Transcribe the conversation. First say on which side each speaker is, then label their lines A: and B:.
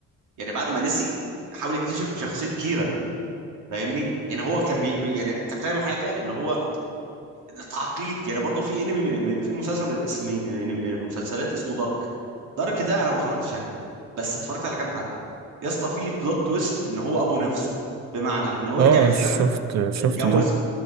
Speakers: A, on the right (about 80°); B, on the right (about 60°).
A: يعني بعد ما نسي حاول يكتشف شخصيه كيرا فاهمني يعني هو كان بي... بي... يعني انت فاهم حاجه اللي هو تعقيد يعني برضو في انمي من من- في مسلسل من اسم من مسلسلات اسمه دارك دارك ده انا ما اتفرجتش عليه بس اتفرجت على كام حلقة يا اسطى في بلوت تويست ان هو ابو نفسه بمعنى ان هو
B: اه
A: رجع بالزمن
B: شفت شفت
A: اتجوز
B: ده